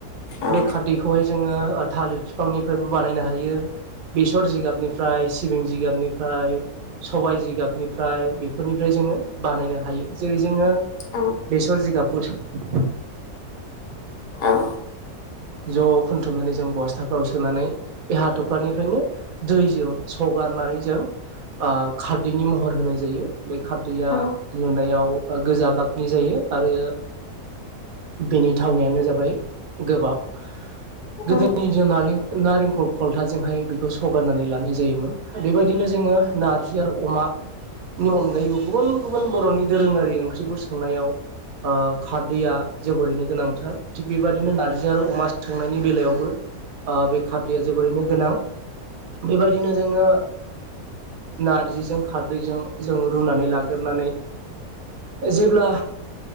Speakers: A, on the left (about 85°); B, on the right (about 70°).
A: औ
B: बे खारदैखौहाय जोङो थालिर बिफांनिफ्रायबो बानायनो हायो। बेसर जिगाबनिफ्राय सिबिं जिगाबनिफ्राय सबाय जिगाबनिफ्राय बे फोरनिफ्राय जोङो बानायनो हायो जेरै जोङो
A: औ
B: बेसर जिगाब <unintelligible>
A: औ
B: ज' खुथुमनानै जों बस्थाफ्राव सोनानै बे हाथरफनिफ्रायनो दैजों सग बारनानै जों खारदैनि महर होनाय जायो बे खारदैया
A: औ
B: नुनायाव गोजा गाबनि जायो आरो। बेनि थावनायानो जाबाय गोबाब। गोबाब
A: औ
B: मेजेमारि नारेंखौ खलथाजोंहाय बेखौ सगारनानै लानाय जायोमोन बेबायदिनो जोङो नारजि आरो अमा नि अनगायैबो गुबुन गुबुन बर'नि दोरोङारि ओंख्रिफोर संनायाव खारदैया जोबोरैनो गोनांथार थिग बेबायदिनो नारजि आरो अमा संनायनि बेलायावबो बे खारदैया जोबोरैनो गोनां। बेबायदिनो जोङो नारजिजों खारदैजों जों रुनानै लाग्रनानै जेब्ला